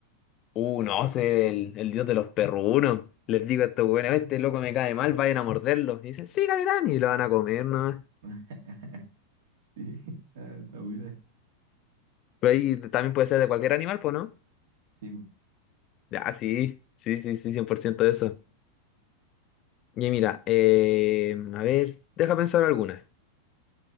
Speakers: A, on the left (about 35°); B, on the right (about 55°).
A: Uh, no, sé el, el dios de los perrunos. Les digo a estos güeyes, este loco me cae mal, vayan a morderlo. Y dicen, sí, capitán, y lo van a comer nomás.
B: <laughs> Sí, está, está buena.
A: Pero ahí también puede ser de cualquier animal, pues, ¿no?
B: Sí,
A: Ya, sí, sí, sí, sí, 100% de eso. Y mira, eh, a ver, deja pensar alguna.